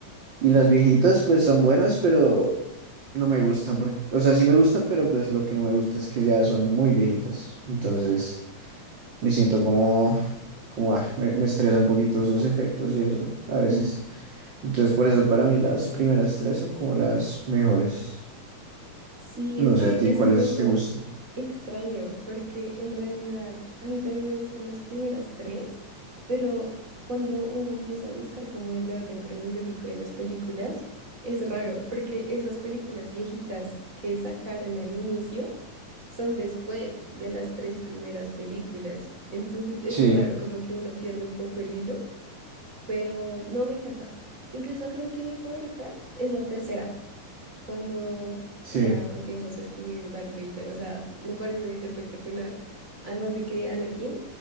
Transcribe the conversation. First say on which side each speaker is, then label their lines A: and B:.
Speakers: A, on the right; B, on the right.
A: Y las viejitas pues son buenas, pero no me gustan. Porque, o sea, sí me gustan, pero pues lo que no me gusta es que ya son muy viejitas. Entonces me siento como, como, ah, me, me estresa un poquito esos efectos y eso a veces.
B: <laughs>
A: Entonces, por eso para mí las primeras tres son como las mejores.
B: Sí, es
A: No
B: que
A: sé a ti
B: es
A: cuáles
B: un poco
A: te gustan.
B: extraño porque en realidad a mí también me gustan las primeras tres, pero cuando uno empieza a buscar como el orden cronológico de las películas, es raro porque esas películas viejitas que sacaron al inicio son después de las tres primeras películas. Entonces es
A: Sí,
B: muy raro, como que uno pierde un poco el hilo, pero no, me encanta. Incluso creo que mi favorita es la tercera cuando
A: sí,
B: ya empieza a surgir Darth Vader. O sea, me parece espectacular. Además de que Anakin